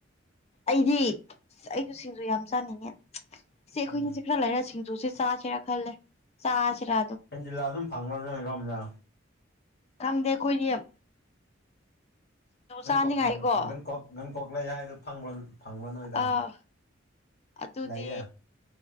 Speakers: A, on the left (about 30°); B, on the left (about 55°).
A: ꯑꯩꯗꯤ ꯑꯩꯖꯨ ꯁꯤꯡꯖꯨ ꯌꯥꯝ ꯆꯥꯅꯤꯡꯉꯦ ꯏꯆꯦ ꯑꯩꯈꯣꯏꯅꯤꯁꯦ
B: ꯎꯝ
A: ꯈꯔ ꯂꯩꯔ ꯁꯤꯡ ꯖꯨꯁꯦ ꯆꯥꯁꯤꯔ ꯈꯜꯂꯦ ꯆꯥꯁꯤꯔ
B: ꯁꯦꯟꯇꯤꯂꯥ ꯑꯗꯨꯝ ꯐꯪꯕ꯭ꯔ ꯅꯣꯏꯔꯣꯝꯗ
A: ꯈꯪꯗꯦ ꯑꯩꯈꯣꯏꯗꯤꯌꯝ
B: <inaudible> ꯒꯟꯀꯣꯛ
A: ꯆꯥꯅꯤꯡꯉꯥꯏꯀꯣ
B: ꯑ ꯒꯟꯀꯣꯛ ꯒꯟꯀꯣꯛ ꯂꯩ ꯍꯥꯏꯗꯣ ꯐꯪꯕ꯭ꯔ ꯐꯪꯕ꯭ꯔ ꯅꯣꯏꯗ
A: ꯑꯥ ꯑꯗꯨꯗꯤ
B: ꯂꯩꯌꯦ